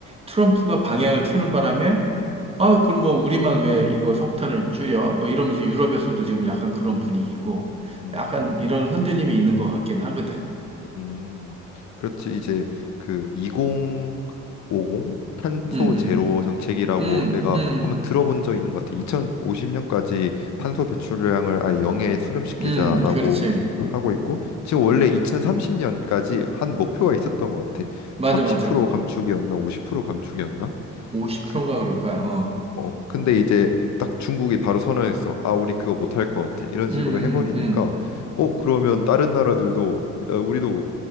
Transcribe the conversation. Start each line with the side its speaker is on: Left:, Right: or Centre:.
Right: 트럼프가 방향을 트는 바람에 아 그럼 뭐 우리만 왜 이거 석탄을 줄여? 뭐 이러면서 유럽에서도 지금 약간 그런 분위기고
Left: 음.
Right: 약간 이런
Left: 음.
Right: 흔들림이 있는 것 같긴 하거든.
Left: 음, 그렇지. 이제 그 2050 탄소
Right: 응응.
Left: 제로 정책이라고
Right: 응응.
Left: 내가
Right: 응응.
Left: 한번 들어본 적 있는 것 같아. 2050년까지 탄소 배출량을 아예 0에 수렴시키자라고
Right: 응. 응, 응, 그렇지.
Left: 하고 있고, 지금 원래 2030년까지 한 목표가 있었던 것 같아.
Right: 맞아,
Left: 30%
Right: 맞아.
Left: 감축이었나, 50% 감축이었나?
Right: 50%인가
Left: 그,
Right: 그럴 거야. 어.
Left: 어, 근데 이제 딱 중국이 바로 선언했어. 아, 우리 그거 못할 것 같아. 이런 식으로
Right: 응응.
Left: 해버리니까,
Right: 응응.
Left: 어, 그러면 다른 나라들도 야, 우리도